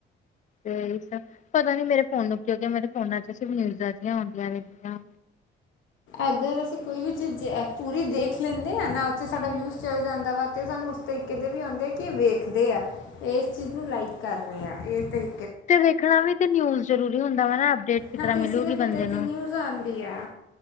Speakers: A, on the left (about 40°); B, on the left (about 75°).
A: ਇਹੀ ਸਭ, ਤੇ ਪਤਾ ਨੀ ਮੇਰੇ ਫੋਨ ਨੂੰ ਕਿਉਂਕਿ ਮੇਰੇ ਫੋਨਾਂ ਚ ਸਿਰਫ ਨਿਊਜ਼ਾਂ ਜਿਆਆਉਦੀਆਂ ਰਹਿੰਦੀਆਂ
B: ਅਗਰ ਅਸੀਂ ਕੋਈ ਵੀ ਚੀਜ਼ ਪੂਰੀ ਦੇਖ ਲੈਂਦੇ ਆ ਨਾ ਉੱਥੇ ਸਾਡਾ ਵਿਊਜ਼ ਚੱਲ ਜਾਂਦਾ ਵਾ ਤੇ ਸਾਨੂੰ ਤੁਸੀ ਕਿਤੇ ਵੀ ਆਉਂਦੇ ਆ ਕਿ ਇਹ ਵੇਖਦੇ, ਆ ਇਸ ਚੀਜ਼ ਨੂੰ ਲਾਈਕ ਕਰ ਰਹੇ ਆ ਇਹ ਤੇ
A: ਤੇ ਵੇਖਣਾ ਵੀ ਤੇ ਨਿਊਜ਼ ਜ਼ਰੂਰੀ ਹੁੰਦਾ ਵਾ ਨਾ ਅਪਡੇਟ ਕਿਸ
B: ਹਾਂ
A: ਤਰਾ
B: ਤੇ
A: ਮਿਲੂਗੀ
B: ਇਸੇ ਲਈ ਫਿਰ
A: ਬੰਦੇ
B: ਤੇ
A: ਨੂੰ।
B: 'ਚ ਨਿਊਜ਼ ਆਂਦੀ ਆ।